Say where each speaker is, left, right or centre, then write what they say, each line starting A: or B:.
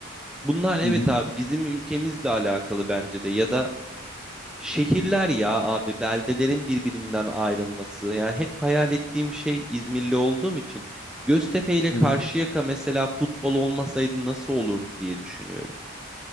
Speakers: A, in the centre; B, on the left (about 40°).
A: Bunlar evet
B: hı hı,
A: abi bizim ülkemizle alakalı bence de ya da Şehirler ya abi beldelerin birbirinden ayrılması. Yani hep hayal ettiğim şey İzmirli olduğum için Göztepe ile Karşıyaka
B: hı hı.
A: mesela futbol olmasaydı nasıl olurdu diye düşünüyorum.